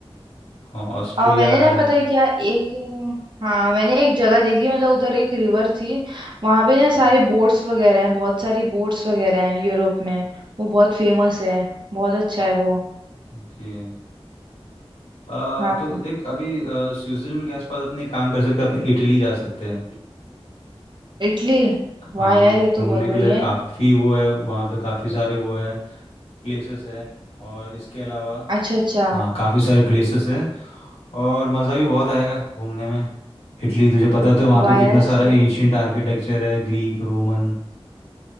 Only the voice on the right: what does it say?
और मैंने ना
पता है क्या एक हाँ मैंने एक जगह देखी मतलब उधर एक रिवर थी वहां पे ना
सारी बोट्स वगैरह हैं बहुत सारी बोट्स वगैरह हैं यूरोप में वो बहुत फेमस है बहुत अच्छा है वो
हाँ
इटली वाह
यार ये तो
बहुत बढ़िया
है
अच्छा अच्छा
वाह
यार सही